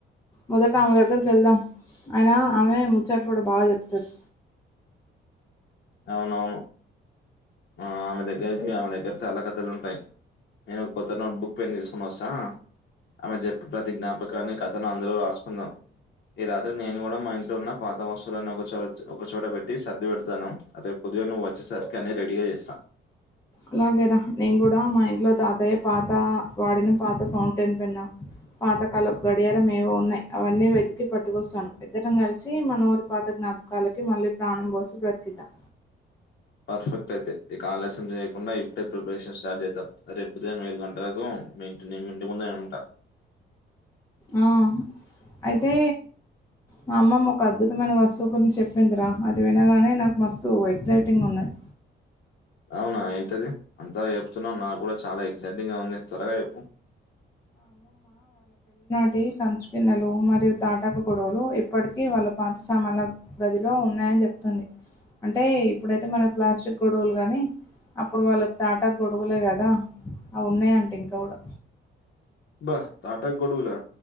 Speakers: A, on the left; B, on the left.
A: మొదటి ఆమె దగ్గరికీ వెళ్దాం అయినా ఆమె ముచ్చాట్లు కూడా బాగా చెప్తాది
B: అవునవును ఆ ఆమె దగ్గరకి ఆమె దగ్గర చాలా కథలు ఉంటాయి నేను ఒక కొత్త నోట్ బుక్ పెన్ తీసుకుని వస్తా ఆమె చెప్పె ప్రతి జ్ఞాపకాన్ని కథను అందులో రాసుకుందాం ఈ రాత్రికి నేను కూడా మా ఇంట్లో ఉన్న పాత వస్తువులను ఒక చ ఒకచోట పెట్టి సర్ది పెడతాను రేపు ఉదయం నువ్వు వచ్చేసరికి అని రెడీగా చేస్తా
A: అలాగే రా నేను కూడా మా ఇంట్లో తాతయ్య పాత వాడిన పాత ఫౌంటైన్ పెన్న్ పాతకాల గడియారం ఏవో ఉన్నాయి అవన్నీ వెతికి పట్టుకొస్తాను ఇద్దరం కలిసి మన ఊరి పాత జ్ఞాపకాలకి మళ్ళీ ప్రాణం పోసి బ్రతికిద్దాం.
B: పర్ఫెక్ట్ అయితే ఇక ఆలస్యం చేయకుండా ఇప్పుడే ప్రిపరేషన్ స్టార్ట్ చేద్దాం రేపు ఉదయం ఏడు గంటలకు మి ఇంటిని మీ ఇంటి ముందే ఉంటా
A: ఆ అయితే మా అమ్మమ్మ ఒక అద్భుతమైన వస్తువు గురించి చెప్పిందిరా అది వినగానే నాకు మస్తు ఎక్సైటింగ్ ఉన్నది
B: అవునా ఏంటది అంతాల చెప్తున్నావ్ నాకు కూడా చాలా ఎక్సైటింగ్ గా ఉంది త్వరగా చెప్పు
A: అది కంచు గిన్నెలు మరియు తాటాకు గొడుగులు ఇప్పటికీ వాళ్ళ పాత సామాన్ల గదిలో ఉన్నాయి అని చెప్తుంది అంటే ఇప్పుడైతే మనకు ప్లాస్టిక్ గొడుగులు గాని అప్పుడు వాళ్ళకి తాటాకు గొడుగులే కదా అవి ఉన్నాయి అంట ఇంకా కూడా
B: అబ్బా తాటాకు గొడుగులా